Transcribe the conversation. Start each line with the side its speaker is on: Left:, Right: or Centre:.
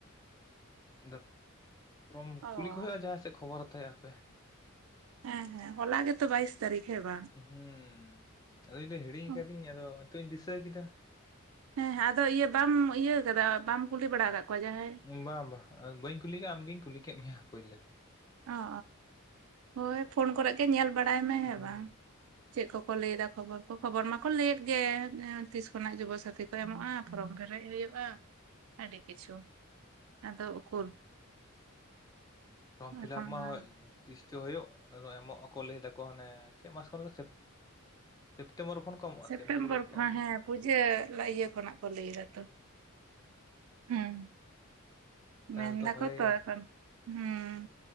Left: ᱟᱫᱚ ᱯᱷᱨᱚᱢ
Right: ᱚ
Left: ᱠᱩᱞᱤ ᱠᱚ ᱦᱩᱭᱩᱜᱼᱟ ᱡᱟᱦᱟᱸ ᱥᱮᱫ ᱠᱷᱚᱵᱚᱨ ᱦᱟᱛᱟᱭ ᱟᱯᱮ
Right: ᱦᱮᱸ ᱦᱮᱸ ᱦᱚᱞᱟ ᱜᱮᱛᱚ ᱵᱟᱭᱤᱥ ᱛᱟᱹᱨᱤᱠᱷ ᱦᱮ ᱵᱟᱝ
Left: ᱦᱸ ᱟᱫᱚ ᱤᱧ ᱫᱚ ᱦᱤᱲᱤᱧ
Right: ᱚ
Left: ᱟᱠᱟᱫᱤᱧ ᱟᱫᱚ ᱱᱤᱛᱚᱜ ᱤᱧ ᱫᱤᱥᱟᱹ ᱠᱮᱫᱟ᱾
Right: ᱦᱮᱸ ᱦᱮᱸ ᱟᱫᱚ ᱤᱭᱟᱹ ᱵᱟᱢ ᱤᱭᱟᱹ ᱠᱟᱫᱟ ᱵᱟᱢ ᱠᱩᱞᱤ ᱵᱟᱲᱟ ᱟᱠᱟᱫ ᱠᱚᱣᱟ ᱡᱟᱦᱟᱸᱭ
Left: ᱵᱟᱝ ᱵᱟᱝ ᱵᱟᱹᱧ ᱠᱩᱞᱤ ᱠᱮᱫᱟᱜᱼᱟ ᱟᱢᱜᱤᱧ ᱠᱩᱞᱤ ᱠᱮᱫ ᱢᱮᱭᱟ ᱯᱩᱭᱭᱞᱳ
Right: ᱚ ᱦᱳᱭ ᱯᱷᱳᱱ ᱠᱚᱨᱮ ᱜᱮ ᱧᱮᱞ ᱵᱟᱲᱟᱭ ᱢᱮ ᱦᱮᱸ
Left: ᱦᱩᱸ
Right: ᱵᱟᱝᱼᱼ ᱪᱮᱫ ᱠᱚᱠᱚ ᱞᱟᱹᱭ ᱮᱟ ᱠᱷᱚᱵᱚᱨ ᱠᱚ ᱠᱷᱚᱵᱚᱨ ᱢᱟᱠᱚ ᱞᱟᱹᱭᱮᱫ ᱼᱼᱜᱮ ᱛᱤᱥ ᱠᱷᱚᱱᱟᱜ ᱡᱩᱵᱚᱥᱛᱷᱤ ᱮᱢᱚᱜᱼᱟ ᱯᱷᱚᱨᱚᱢ ᱯᱮᱨᱮᱡ ᱦᱩᱭᱩᱜᱼᱟ ᱟᱹᱰᱤ ᱠᱤᱪᱷᱩ ᱟᱫᱚ ᱩᱠᱩᱨ
Left: ᱯᱷᱳᱨᱢ ᱯᱷᱤᱞᱯ
Right: ᱮᱠᱷᱚᱱ
Left: ᱢᱟ
Right: ᱚᱱᱟ
Left: <inaudible> ᱛᱤᱥᱪᱚ ᱦᱩᱭᱩᱜ ᱟ ᱮᱢᱚᱜ ᱟᱠᱚ ᱞᱟᱹᱭ ᱫᱟᱠᱚ ᱦᱟᱱᱮ ᱪᱮᱫ ᱢᱟᱥ ᱠᱷᱚᱱᱨᱮ ᱥᱮᱯᱴᱮᱢᱵᱚᱨ ᱠᱷᱚᱱ ᱠᱚᱢᱚᱜᱼᱟ
Right: ᱥᱮᱯᱴᱮᱢᱵᱚᱨ
Left: ᱥᱮ ᱚᱱᱠᱟ ᱠᱚ ᱞᱟᱹᱭᱮᱫ ᱛᱟᱦᱮᱸᱫ
Right: ᱠᱷᱚᱱ
Left: ᱫᱚᱼᱼ
Right: ᱦᱮᱸ ᱯᱩᱡᱟᱹ ᱤᱭᱟᱹ ᱠᱷᱚᱱᱟᱜ ᱠᱚ ᱞᱟᱹᱭ ᱫᱟᱛᱚ ᱦᱮᱸ
Left: ᱛᱟᱦᱚᱞᱮ
Right: ᱢᱮᱱ ᱫᱟᱠᱚ
Left: ᱵᱷᱟᱜᱮ
Right: ᱛᱚ
Left: ᱜᱮ
Right: ᱮᱠᱷᱚᱱ ᱦᱩᱸ